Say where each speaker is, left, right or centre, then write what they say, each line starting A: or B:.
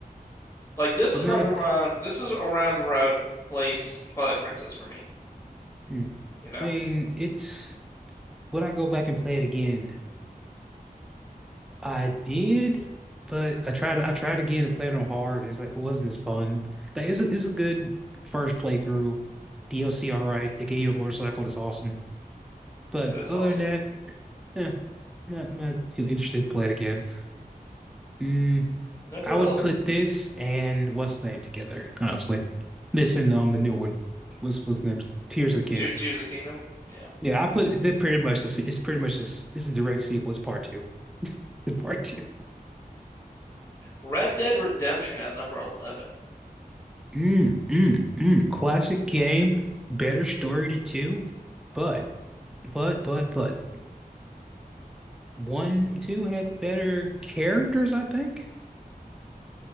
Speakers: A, on the left; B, in the centre.
A: Like this
B: I
A: is
B: know.
A: right around this is around where I would place Twilight Princess for me.
B: hmm.
A: You know,
B: I mean, it's would I go back and play it again? I did, but I tried. I tried again to play it on hard. It's like it wasn't as fun. That is is a good first playthrough. DLC, all right. They gave you a motorcycle. That's awesome. But
A: that is
B: other
A: awesome.
B: than that, eh, not not too interested to play it again. Mm,
A: Number
B: I would
A: el-
B: put this and what's the name together, honestly. This and um the new one. What's what's the name? Tears of the Kingdom.
A: Tears Tears of the Kingdom. Yeah.
B: Yeah, I put it they're pretty much the se- it's pretty much this it's a direct sequel. It's part two. It's part two.
A: Red Dead Redemption at number 11.
B: Mm, mm, mm. Classic game, better story to two, but but but but one two had better characters, I think.